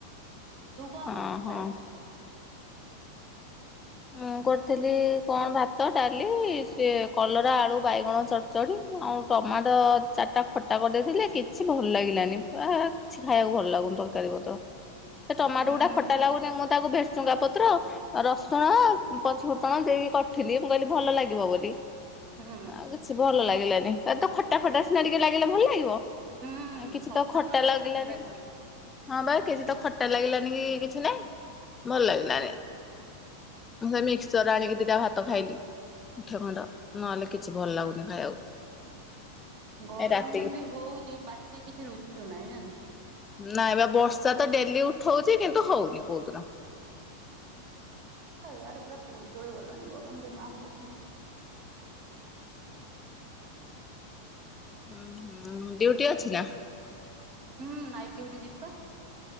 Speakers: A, on the right; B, on the left.
A: ତୁ କଣ
B: ହଁ
A: କରଥିଲୁ
B: ହଁ।
A: ଖାଇବାକୁ?
B: ମୁଁ କରିଥିଲି କଣ ଭାତ ଡାଲି ସେ କଲରା ଆଳୁ ବାଇଗଣ ଚଡଚଡି ଆଉ ଟମାଟୋ ଚାରିଟା ଖଟା କରିଦେଇଥିଲେ କିଛି ଭଲ ଲାଗିଲାନି କିଛି ଖାଇବାକୁ ଭଲ ଲାଗୁନି ତରକାରୀ ପତ୍ର। ସେ ଟମାଟୋ
A: ହୁଁ
B: ଗୁଡା ଖଟା ଲାଗୁନି ମୁଁ ତାକୁ ଭେସ୍ ଭୃସଙ୍ଗା ପତ୍ର ଆଉ ରସ୍ ସୁଣ ପଞ୍ଚୁ ଫୁଟଣ ଦେଇକି କରିଥିଲି ମୁଁ କହିଲି ଭଲ ଲାଗିବ ବୋଲି
A: ହୁଁ।
B: ଆ କିଛି ଭଲ ଲାଗିଲାନି। ଏ ତ ଖଟା ଖଟା ସିନା ଟିକେ ଲାଗିଲେ ଭଲ ଲାଗିବ।
A: ହୁଁ
B: ଆ କିଛି
A: ଖଟା
B: ତ
A: ନ ଲାଗିଲେ
B: ଲାଗିଲାନି
A: ଭଲ ଲାଗିବନି।
B: ହଁ ବା କିଛି ତ ଖଟା ଲାଗିଲାନି କି କିଛି ନାଇଁ ଭଲ ଲାଗିଲାନି। ମେ ମିକ୍ସଚର୍ ଆଣିକି ଦିଇଟା ଭାତ୍ ଭାତ ଖାଇଲି ମୁଠ ଖଣ୍ଡ ନହେଲେ କିଛି ଭଲ ଲାଗୁନି ଖାଇବାକୁ।
A: ଗରମ
B: ଏ ରାତିକି
A: ଯେମିତି ହଉଛି ପାଟିକି କିଛି ରୁଚୁ ନାହିଁ ଜାଣିଛୁ।
B: ନାଇଁ ବା ବର୍ଷା ତ ଡେଲି ଉଠଉଛି କିନ୍ତୁ ହଉନି କୋଉଦିନ।
A: ଇଆଡେ ପୁରା ପୋଡି ଜଳି ଗଲାଣି ଗରମରେ ମା କୁହନି।
B: ହଁ ଡିଉଟି ଅଛି ନା?
A: ହୁଁ ନାଇଟ ଡ୍ୟୁଟି ଜିବିପା।